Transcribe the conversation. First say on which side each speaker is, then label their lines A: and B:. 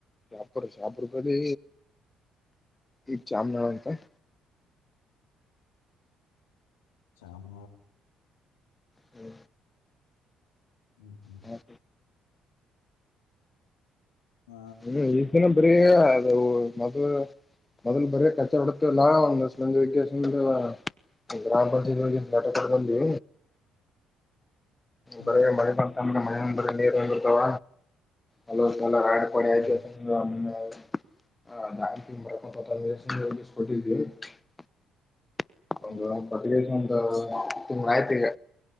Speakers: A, on the left; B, on the left.
A: ಸಾಪಡ ಸಾಪಿಡಬದು ಇ ಚಾಮನಾವಂತಾಯ
B: ಚಾಮ
A: ಹ್ಮ
B: ಹ್ಮ್ ಹ್ಮ್
A: ಹ
B: ಹ
A: ಹ್ಮ್ ಈ ದಿನ ಬರಿ ಅ ಮದ ಮೊದಲ್ ಬರ ಕಚ್ಚಾವಡತೆ ಲಲ್ಲಾಜ ವ ಗ್ರಾಮ ಪಂಚಾಯತ್ಗೆ ನಟಕ ಬಲ್ಲಿ
B: <inaudible> ಹ್ಮ
A: ಬರ ಮಳೆ ಬತ ಅಂದ್ರೆ ಮಳೆ ಅಂದ್ರೆ ನೀರ್ ಅಂದಿರ್ತಾವ ಅ <unintelligible>
B: ಹ್ಮ
A: <inaudible>
B: ಹ್ಮ್
A: ಒಂದುಟ್ಟದ
B: ಹ್ಮ್
A: ಒಂದು ತಿಂಗಳ ಆಯ್ತ್ ಈಗ